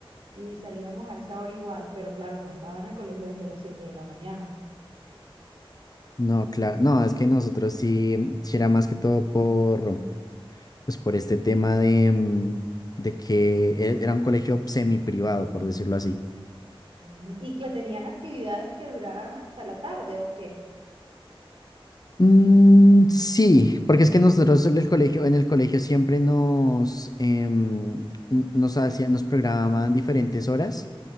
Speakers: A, on the right; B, on the left.
A: y salíamos a esa hora igual, pero claro, no estaba en el colegio desde las siete de la mañana.
B: No, claro, no, es que nosotros sí, sí era más que todo por, pues por este tema de, mm, de que e- era un colegio semiprivado, por decirlo así.
A: Ujú. Y que tenían actividades que duraban hasta la tarde, ¿o qué?
B: Mm, sí, porque es que nosotros en el colegio, en el colegio siempre nos, em, n- nos hacían, nos programaban diferentes horas